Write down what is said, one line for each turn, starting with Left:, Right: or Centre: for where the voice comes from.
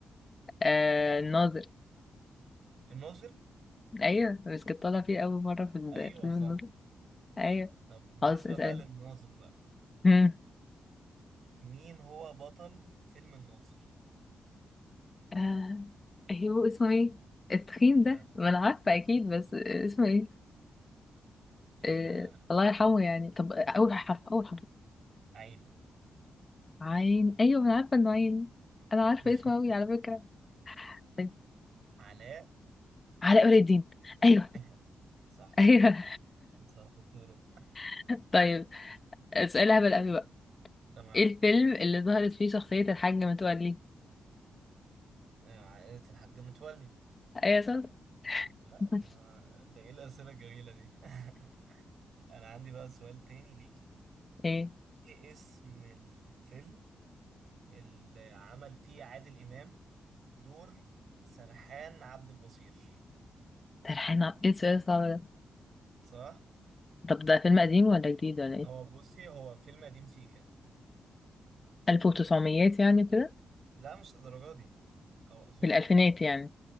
Left: آه الناظر
Right: الناظر
Left: ايوه بس كنت طالع فيه أول مرة في ال-
Right: ايوه
Left: فيلم
Right: صح
Left: الناظر ايوه
Right: طب بالنسبة
Left: خلاص اسألني
Right: بقى للناظر بقى
Left: امم
Right: مين هو بطل فيلم الناظر
Left: آه هو اسمه ايه التخين
Right: سهلة
Left: ده ما انا عارفة اكيد بس اسمه ايه
Right: آه
Left: آه الله يرحمه يعني طب اول حرف اول حرف
Right: عين
Left: عين ايوه ما انا عارفة انه عين انا عارفة
Right: <laughs>
Left: اسمه أوي على فكرة طيب
Right: علاء
Left: علاء ولي الدين أيوه.
Right: ايوه صح
Left: ايوه
Right: صح شطورة
Left: <laughs> طيب سؤال هبل قوي بقى
Right: <laughs> تمام
Left: ايه الفيلم اللي ظهرت فيه شخصية الحاج متولي
Right: آه، عائلة الحاج متولي
Left: ايوه صح
Right: لا
Left: <laughs>
Right: آه، ده ايه الأسئلة الجميلة دي <laughs> انا عندي بقى سؤال تاني ليكي
Left: ايه
Right: ايه اسم الفيلم اللي عمل فيه عادل إمام دور سرحان عبد البصير
Left: ترحينا ايه السؤال الصعب ده
Right: صح؟
Left: طب ده فيلم قديم ولا جديد ولا ايه
Right: هو بصي هو فيلم قديم سيكا
Left: 1900 يعني كده
Right: لا مش للدرجة دي أو أظن
Left: في الالفينات
Right: يعني مش فاكر
Left: يعني